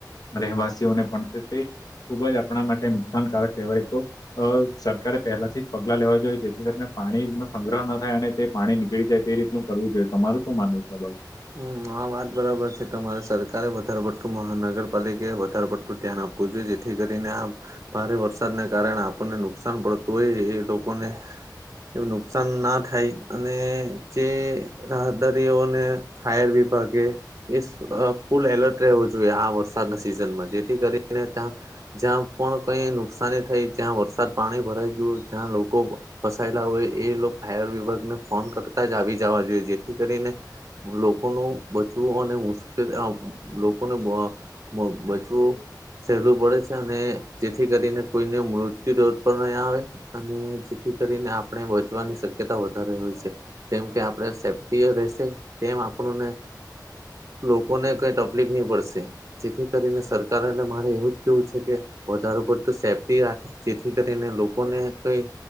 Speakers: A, on the left; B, on the right.
A: રહેવાસીઓને પણ તે ખુબ જ આપણા માટે નુકસાનકારક કહેવાય તો અ સરકારે પહેલાથી જ પગલા લેવા જોઈએ જેથી કરીને પાણી નો સંગ્રહ ન થાય અને તે પાણી નીકળી જાય તે રીતનું કરવું જોઈએ તમાર શું માનવું છે ભાઈ
B: હમ આ વાત બરાબર છે તમારે સરકારે વધારે પડતું મહાનગરપાલિકાએ વધારે પડતું ધ્યાન આપવું જોઈએ જેથી કરીને આ ભારે વરસાદને કારણે આપણને નુકસાન પડતું હોય એ લોકોને એવું નુકસાન ના થાય અને જે રાહદારીઓને હાયર વિભાગે એ ફૂલ એલર્ટ રહેવું જોઈએ આ વરસાદના સિઝનમાં જેથી કરીને ત્યાં જ્યાં પણ કઈ નુકસાની થઈ જ્યાં વરસાદ પાણી ભરાઈ ગયું જ્યાં લોકો ફસાયેલા હોય એ લોકો ફાયર વિભાગને ફોન કરતા જ આવી જવા જોઈએ જેથી કરીને લોકોનું બચવું અને મુશ્કેલ લોકોને <inaudible> બચવું સહેલું પડે છે અને જેથી કરીને કોઈને મૃત્યુ દોડ પર નહીં આવે અને જેથી કરીને આપણે બચવાની શક્યતા વધારે હોય છે જેમ કે આપડ સેફ્ટીઓ રહેશે તેમ આપણુંને લોકોને કઈ તકલીફ નહી પડશે જેથી કરીને સરકારને મારે એવું જ કેવું છે કે વધારે પડતું સેફ્ટી રાખે જેથી કરીને લોકોને કઈ